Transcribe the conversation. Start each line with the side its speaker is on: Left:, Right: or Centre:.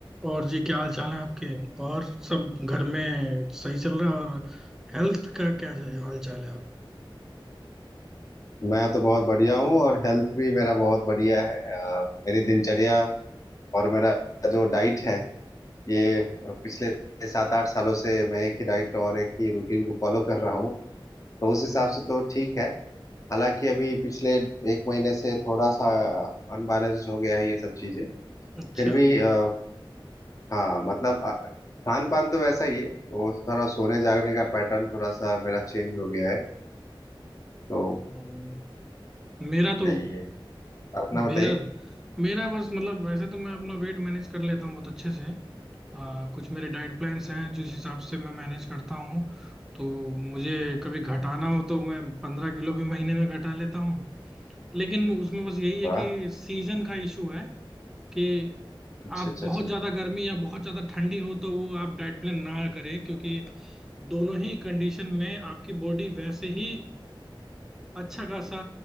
Centre: और जी क्या हाल चाल है आपके और सब घर में सही चल रहा है और हेल्थ का क्या हाल चाल है आप
Left: मैं तो बहुत बढ़िया हूँ और हेल्थ भी मेरा बहुत बढ़िया है अ, मेरी दिनचर्या और मेरा जो डाइट है ये पिछले सात आठ सालों से मैं एक ही डाइट और एक ही रूटीन को फॉलो कर रहा हूँ तो उस हिसाब से तो ठीक है हालांकि अभी पिछले एक महीने से थोड़ा सा अनबैलेंस्ड हो गया है ये सब चीजें
Centre: अच्छा
Left: फिर भी आ, हाँ मतलब अ, खान पान तो वैसा ही है वो थोड़ा सोने जागने का पैटर्न थोड़ा सा मेरा चेंज हो गया है तो
Centre: हम्म, मेरा तो
Left: यही है अपना
Centre: मेरा
Left: बताइए
Centre: मेरा बस मतलब वैसे तो मैं अपना वेट मैनेज कर लेता हूँ बहुत अच्छे से आ, कुछ मेरे डाइट प्लान्स हैं जिस हिसाब से मैं मैनेज करता हूँ तो मुझे कभी घटाना हो तो मैं पंद्रह किलो भी महीने में घटा लेता हूँ लेकिन उसमें बस यही है
Left: वाह
Centre: कि सीजन का इशू है कि
Left: अच्छा
Centre: आप
Left: अच्छा
Centre: बहुत
Left: अच्छा
Centre: ज्यादा गर्मी या बहुत ज्यादा ठंडी हो तो वो आप डाइट प्लान ना करें क्योंकि दोनों ही कंडीशन में आपकी बॉडी वैसे ही अच्छा खासा